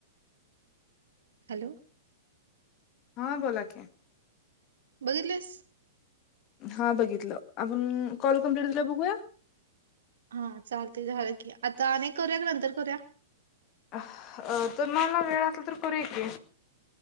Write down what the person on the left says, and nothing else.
हा बोला की.
हा बघितलं, आपुण कॉल कंप्लिट झाल्यावर बघूया
अ तुम्हांला वेळ असला तर करूया की,